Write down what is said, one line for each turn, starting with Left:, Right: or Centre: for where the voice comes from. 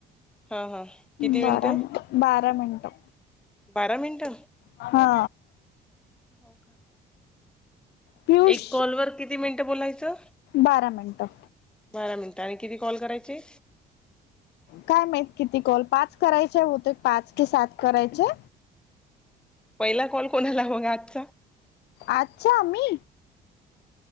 Centre: हा हा किती
Left: बारा
Centre: मिनिटं
Left: बारा मिनटं
Centre: बारा मिनटं
Left: हा
Centre: हो का
Left: पियुष
Centre: एक कॉल वर किती मिनिटं बोलायचं
Left: बारा मिनटं
Centre: बारा मिनट आणि किती कॉल करायचे
Left: काय माहित किती कॉल पाच करायचे होते पाच कि सात करायचे
Centre: पहिला कॉल कोणाला मग आजचा
Left: अच्छा, मी?